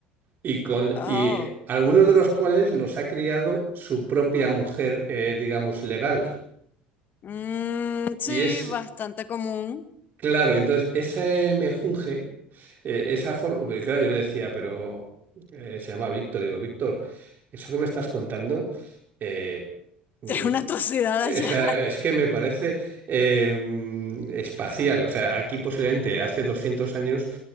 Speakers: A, on the right; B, on the left.
A: Y, con,
B: Oh,
A: y eh, algunos de los cuales los ha criado su propia mujer, eh, digamos, legal.
B: mm, sí,
A: Y es
B: bastante común.
A: Claro, entonces ese mejunje, eh, esa forma, porque claro, yo le decía, pero eh, se llama Víctor, digo, Víctor, eso que me estás contando, eh,
B: <laughs>
A: mm,
B: Es una atrocidad allá.
A: o sea, es que me parece eh, mm, espacial, o sea, aquí posiblemente hace 200 años,